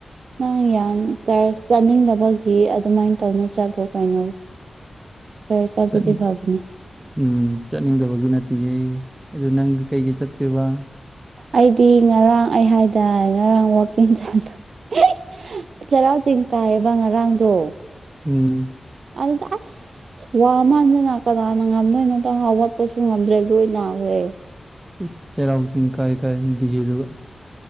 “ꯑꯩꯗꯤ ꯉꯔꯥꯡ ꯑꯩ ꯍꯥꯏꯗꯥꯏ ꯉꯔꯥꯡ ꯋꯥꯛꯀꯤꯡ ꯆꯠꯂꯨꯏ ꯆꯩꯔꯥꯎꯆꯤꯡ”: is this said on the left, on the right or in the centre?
Right